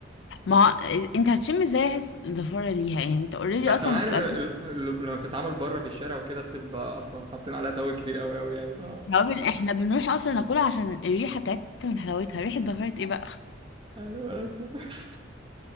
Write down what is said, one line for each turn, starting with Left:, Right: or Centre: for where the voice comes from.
Left: ما هو آه، انت هتشم ازاي ريحة الزفارة ليها يعني انت اوريدي
Right: بس
Left: اصلا
Right: انا
Left: بتبقى
Right: عارف إن ال- ال- لما بتتعمل بره في الشارع وكده بتبقى اصلا حاطين عليها توابل كتير قوي قوي يعني ف
Left: توابل احنا بنروح اصلا ناكلها عشان الريحة بتاعتها من حلاوتها ريحة زفارة ايه بقى
Right: ايوه بس <laughs>